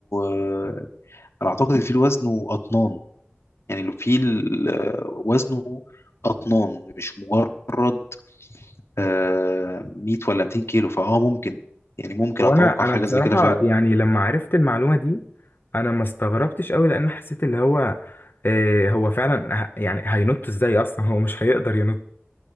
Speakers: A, on the left; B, on the left.
A: آه انا اعتقد الفيل وزنه اطنان يعني الفيل آه وزنه اطنان مش مجرد آه 100 ولا 200 كيلو فاه ممكن يعني ممكن
B: هو
A: اتوقع
B: انا انا
A: حاجه
B: بصراحه
A: زي كده فعلا
B: يعني لما عرفت المعلومه دي انا ما استغربتش قوي لان حسيت اللي هو إيه هو فعلا ه- يعني هينط ازاي اصلا هو مش هيقدر ينط